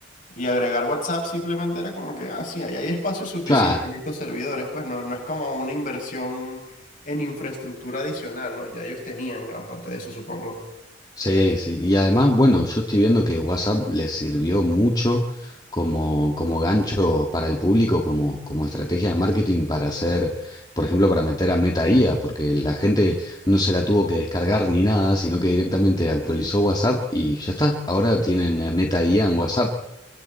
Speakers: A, on the left; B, on the left.
A: Y agregar WhatsApp simplemente era como que, ah, sí, ahí hay espacio suficiente
B: Claro.
A: en estos servidores. Pues no, no es como una inversión en infraestructura adicional, ¿no? Ya ellos tenían gran parte de eso, supongo.
B: Sí, sí. Y además, bueno, yo estoy viendo que WhatsApp les sirvió mucho como, como gancho para el público, como, como estrategia de marketing para hacer, por ejemplo, para meter a Meta IA, porque la gente no se la tuvo que descargar ni nada, sino que directamente actualizó WhatsApp y ya está. Ahora tienen eh, Meta IA en WhatsApp.